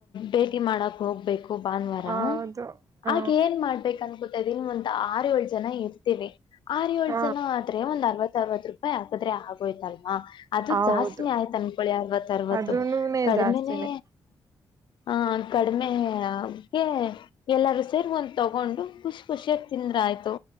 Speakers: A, on the left; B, on the right.
A: ಭೇಟಿ ಮಾಡಕ್ ಹೋಗ್ಬೇಕು ಭಾನುವಾರ
B: ಹೌದು ಹ
A: ಹಾಗ ಏನ್ ಮಾಡ್ಬೇಕಂತ ನ್ ಒ್ ಆರುೋಳ ಜನ ಇರ್ತೀವಿ ಆರ ಏಳ್ು
B: ಹ
A: ಜನ ಆದ್ರ ಒಂದ್ ಅರವತ್ತ ಅರವತ್ತು ರೂಪಾಯಿ ಆಗ್ತದೆ ಹ ಆಗ್ಗೋಯತ ಹ ಅದು
B: ಹೌದು
A: ಜಾಸ್ತಿನ ಆಯ್ತು ಅನ್ಕೊಳ್ಳಿ ಅರವತ್ ಅರವತ್ತು
B: ಅದೂನುನೇ
A: ಕಡಿಮೆನೇ
B: ಜಾಸ್ತಿನೇ
A: ಹ ಕಡಿಮೆಗೆ ಎಲ್ಲರೂ ಸೇರಿ ಒಂದ್ ತಗೊಂಡು ಖುಷಿ ಖುಷಿಯಾಗ ತಿಂದ್ರ ಆಯ್ತು